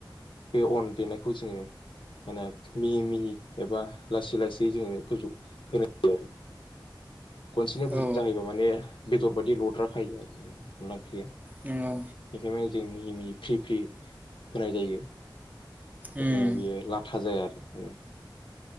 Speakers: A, on the left (about 80°); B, on the right (about 20°).
A: बे अन देनायखौ जोङो माने मिहि मिहि एबा लासै लासै जोङो गोजौ होनाय जायो आरो खनसेनो
B: औ
A: बुरजा होयोबा माने बेदर बादि लद्राखायो आरो माने अनदला ओंख्रिया
B: नंगौ।
A: बेखायनो माने जों मि हि मिहि फ्रि फ्रि होनाय जायो बेखाया
B: उम,
A: बियो लाथा जाया आरो <unintelligible>